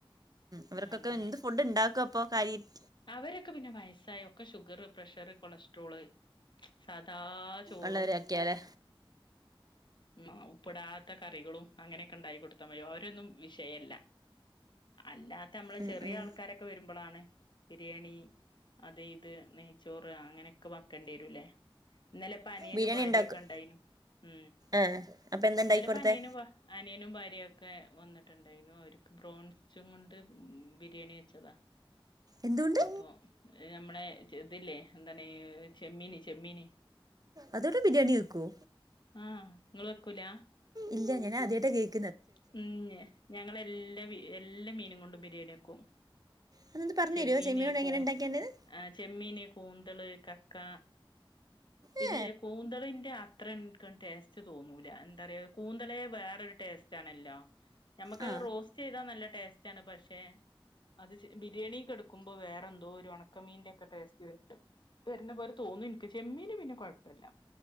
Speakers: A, on the right; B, on the left.
A: അവർക്കൊക്കെ
B: അങ്ങനെ
A: എന്ത് ഫുഡ് ഉണ്ടാക്കും അപ്പൊ കാര്യയിട്ട്
B: അവരൊക്കെ പിന്നെ വയസായ ഒക്കെ ഷുഗർ പ്രഷർ കൊളസ്ട്രോള് എന്താ ചോറും
A: ഉള്ളവരൊക്കെയാലെ
B: ആ് ഉപ്പിടാത്ത കറികളും അങ്ങനെക്കെ ഉണ്ടാകി കൊടുത്താൽ മതി അവരൊന്നും വിഷയല്ല അല്ലാത്ത മ്മള്
A: ഉം
B: ചെറിയ
A: ഉം
B: ആൾക്കാരൊക്കെ വരുമ്പളാണ് ബിരിയാണി അത് ഇത് നെയ്ച്ചോറ് അങ്ങനെയൊക്കെ വക്കേണ്ടി യെരുല്ലേ ഇന്നലെ പ നിയനു
A: ബിരിയാണി
B: ഭാര്യൊക്കെ
A: ഉണ്ടാക്കും
B: ണ്ടായിനു ഉ
A: ആഹ് അപ്പൊ എന്താ ഉണ്ടാക്കി
B: ഇന്നല
A: കൊടുത്തേ
B: ഇപ്പ അനിയനും അനിയനും ഭാര്യൊക്കെ വന്നിട്ട് ണ്ടായി അവർക്ക് ബറോണ്ച്ചും കൊ ബിരിയാണി വെച്ചതാ
A: എന്തുകൊണ്ട്
B: അപൊ ഞ്ഞമ്മളേ അതല്ലേ എന്താണ് ചെമ്മീനി ചെമ്മീനി
A: അതോട്ടെ ബിരിയാണി വെക്കോ
B: ആഹ് ങ്ങള് വെക്കൂല
A: ഇല്ല ഞാനാദ്യയിട്ടാ കേക്ക്
B: മ ഞങ്ങ എല്ലാ എല്ലാ മീനും കൊണ്ടും ബിരിയാണിഎക്കും
A: അതൊന്ന് പറഞ്ഞു
B: ചെമ്മീനെക്കൂ
A: തരുമോ ചെമ്മീനോട് എങ്ങനെ ഉണ്ടാക്കേണ്ടത്
B: ആ ചെമ്മീന് കൂന്തള് കക്ക പിന്നെ
A: ഏ
B: കൂന്തളിന്റെ അത്ര ടേസ്റ്റ് തോന്നൂല എന്താ റയാ കൂന്തളേ വേറൊരു ടേസ്റ്റ് ആണല്ലോ നഞമ്മക്കത്
A: ആ
B: റോസ്റ്റ് ചെയ്താ നല്ല ടേസ്റ്റാണ് പക്ഷെ അത് ബിരിയാണിെക് എടുക്കുമ്പോ വേറെന്തോ ഒരു ഒണക്കമീന്റെ ഒക്കെ ടേസ്റ്റ് വര്ണ്ട് വരുന്ന പോലെ തോന്നു നിക്ക് ചെമ്മീന് പിന്നെ കൊഴപ്പില്ല